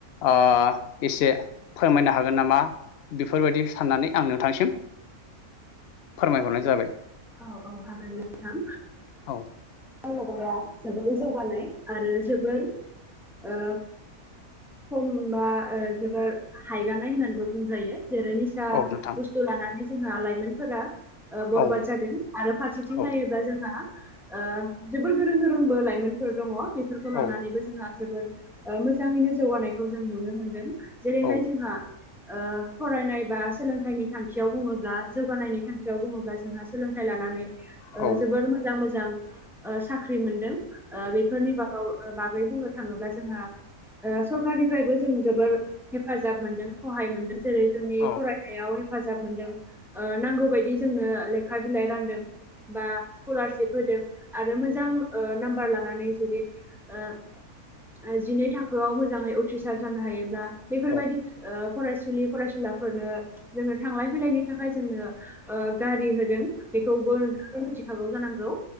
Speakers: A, on the left; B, in the centre.
A: आ एसे फोरमायनो हागोन नामा? बेफोरबायदि साननानै आं नोंथांसिम फोरमायहरनाय जाबाय
B: औ औ औ हागोन नोंथां
A: औ
B: ओ गोबां जौगानाय आरो जोबोर ओ खमा जोबोर हायगानाय होननानैबो बुंजायो। जेरै निसा
A: औ नोंथां
B: बुस्थु लानानै जोंहा लाइमोनफोरा ओ बरबाद
A: औ
B: जादों आरो फारसेथिं
A: औ
B: नायोब्ला जोंहा ओ जोबोर गोरों गोरोंबो लाइमोनफोर दंङ बेफोरखौ लानानैबो
A: औ
B: जोंहा जोबोर ओ मोजांङैनो जौगानायखौ जों नुनो मोनदों जेरैहाय
A: औ
B: जोंहा ओ फरायनाय बा सोलोंथाइनि थांखियाव बुंङोब्ला जौगानायनि थांखि बेयाव बुंङोब्ला जोंहा सोलोंथाइ लानानै ओ
A: औ
B: जोबोर मोजां मोजां ओ साख्रि मोनदों ओ बेफोरनि बागाव ओ बाग बेै बुंनो थांङोब्ला जोंहा ओ सरखारनिफ्रायबो जों जोबोर हेफाजाब मोनदों। सहाय मोनदों जेरै जोंनि
A: औ
B: फरायनायाव हेफाजाब मोनदों ओ नांगौ बायदि जोंनो लेखा बिलाइ रानदों। बा स्कलारशिप होदों आरो मोजां ओ नाम्बार लानानै जुदि ओ जिनै थाखोआव मोजाङै उथ्रिसार जानो हायोब्ला बेफोरबायदि
A: औ
B: ओ फरायसुलि फरायसुलाफोरनो जोंङो थांलाय फैलायनि थाखाय जोंनो ओ गारि होदों बेखौबो नोंथांङा मिथिखागौ जानांगौ